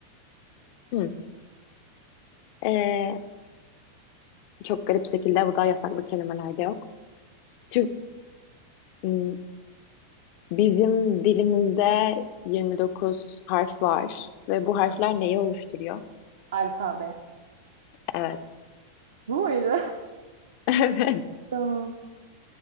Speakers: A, on the left; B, on the right.
A: <laughs> Hı. Ee, çok garip şekilde bu da yasaklı kelimelerde yok. Türk, m, bizim dilimizde 29 harf var ve bu harfler
B: Hı,
A: neyi oluşturuyor?
B: alfabe.
A: Evet.
B: Bu muydu?
A: <laughs> Evet.
B: <laughs> Tamam.